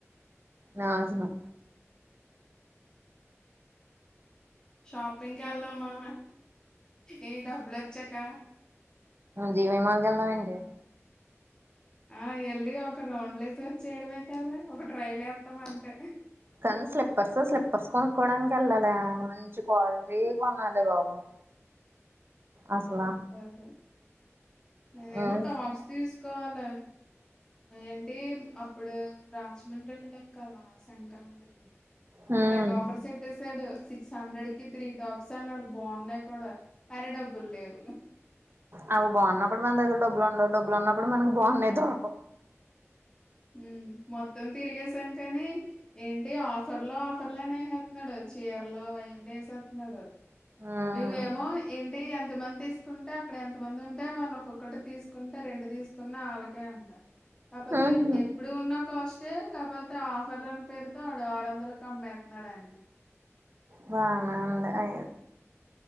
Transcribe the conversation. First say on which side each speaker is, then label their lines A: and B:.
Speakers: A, on the right; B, on the left.
A: నాశనం
B: షాపింగ్కి వెళ్దామా ఇ డబ్బులు వచ్చాక్క
A: జీవి మాల్ వెళ్దామెంటే
B: ఆ ఎల్లిగా ఒక రౌండ్లేసి వచ్చేయడమే కాదా ఒక ట్రైల్ వేస్తాం అంతే
A: కానీ స్లిప్పర్స్ స్లిప్పర్స్ కొనుక్కోవడానికి వెళ్ళాలి మంచి క్వాలిటీ కొనాలే బాబు అసలా
B: స్లిప్పర్స్ నేనేమో
A: మ్మ్
B: టాప్స్ తీసుకోవాలి ఏంటి అప్పుడు రాజమండ్రింలోం కదా సంక్రాంతికి అప్పుడు
A: మ్మ్
B: తెగ ఆఫర్స్ పెట్టేసాడు సిక్స్ హండ్రెడ్ కి త్రీ టాప్స్ అన్నాడు బాగున్నాయి కూడా కానీ డబ్బులు లేవ్
A: అ అవి బాగున్నప్పుడు మన దగ్గర డబ్బులు ఉండవు డబ్బులు ఉన్నప్పుడు మనకి బాగున్నాయి దొరకవు
B: మ్మ్ మోత్తం తిరిగేసీ స్తాను కానీ ఏంటి ఆఫర్ లో ఆఫర్ లోనే వేసేస్తున్నాడు చీర లు అంటి వేసేస్తున్నాడు
A: మ్మ్
B: మేమేమో ఏంటి అంత ఎంతమంది తీసుకుంటే అక్కడ ఎంత మంది ఉంటే వాళ్ళు ఒక్కకటి తీసుకుంటే రెండు తీసుకు కున్న వాళ్ళకే అంట కాకపోతే
A: మ్మ్
B: ఎప్పుడు ఉన్న కాస్ స్ట్ కాకపోతే ఆఫర్లని పేరుతో ఆడు ఆరు వందలకు అమ్మేతున్నాడు అన్ని
A: బానా అంత అయి